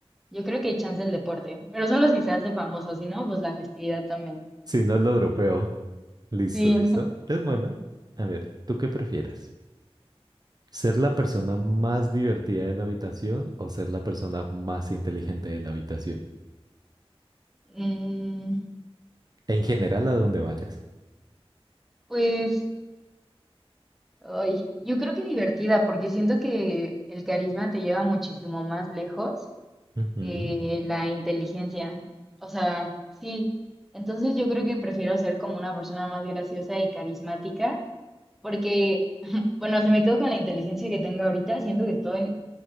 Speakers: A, in the centre; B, on the right (about 40°).
A: yo creo que hay chance el deporte, pero solo si se hace famoso, si no, pues la festividad también.
B: Si no lo dropeo. <laughs> Listo,
A: Sí.
B: listo.
A: <laughs>
B: Es bueno. A ver, ¿tú qué prefieres? ¿Ser la persona más divertida de la habitación o ser la persona más inteligente de la habitación?
A: Mm,
B: En general, a donde vayas.
A: pues... Ay, yo creo que divertida, porque siento que el carisma te lleva muchísimo más lejos
B: Ujú.
A: que la inteligencia. O sea, sí. Entonces yo creo que prefiero ser como una persona más graciosa y carismática, porque, <laughs> bueno, si me quedo con la inteligencia que tengo ahorita, siento que estoy